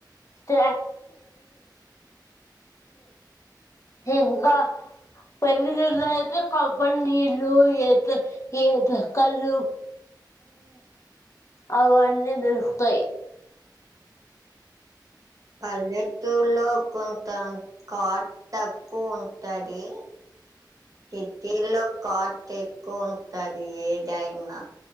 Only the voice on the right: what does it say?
పల్లెటూరులో కొంత కాట్ తక్కువ ఉంటది సిటీలో కాట్ ఎక్కువ ఉంటది ఏదైనా